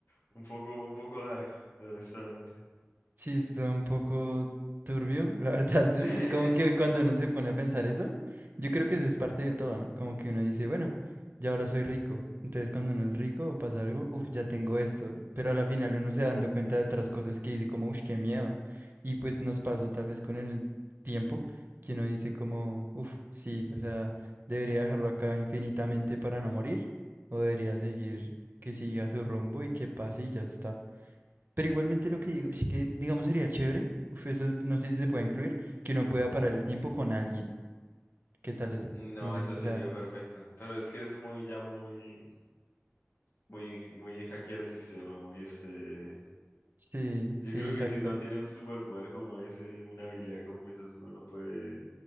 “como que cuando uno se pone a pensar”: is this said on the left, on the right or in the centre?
Right